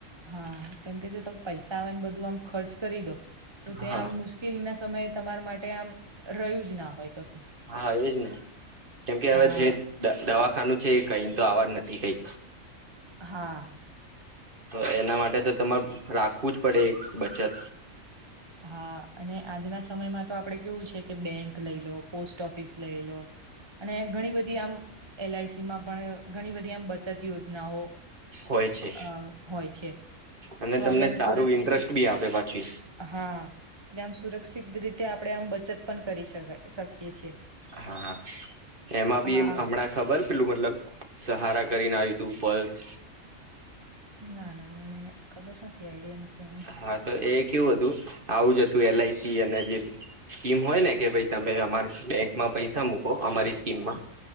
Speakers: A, on the right (about 20°); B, on the right (about 40°).
A: હા કેમકે જો તમે પૈસા આવે ને બધું આમ ખર્ચ કરી દો તો
B: હા
A: ત્યાં આમ મુશ્કેલી ના સમય તમારા માટે આમ રહ્યું જ ના હોય. કશું.
B: હા એજ ને કેમકે
A: હા
B: હવે જે દવા ખાનું છે કઈ તો આવાનુ નથી કઈ.
A: હા.
B: તો એના માટે તો તમારે રાખવું જ પડે એક બચત.
A: હા અને આજના સમયમાં તો આપડે કેવું છે કે બેંક લઈ લો, પોસ્ટ ઓફિસ લઈ લો અને ઘણી બધી આમ એલ આઈ સી માં પણ ઘણી બધી આમ બચત યોજનાઓ
B: હોય છે
A: અ હોય છે
B: અને
A: તો
B: તમને
A: આપડે આમ
B: સારું
A: સુરક્ષિત
B: ઇન્ટરેસ્ટ
A: રી
B: બી આપે પાછી.
A: હા એટલે આમ સુરક્ષિત રીતે આપણે આમ બચત પણ કરી શકીએ છીએ.
B: હા એમાં બી
A: હા
B: એ હમણાં ખબર પેલું મતલબ સહારા કરીને આવી તુ પલ્સ.
A: ના ના મને ખબર નથી, આઈડિયા નથી. એનો
B: હા તો એ કેવું હતું આવું જ હતું એલ આઈ સી અને જે સ્કીમ હોય ને કે ભઈ તમે અમાર બેંકમાં પૈસા મૂકો અમારી સ્કીમમાં.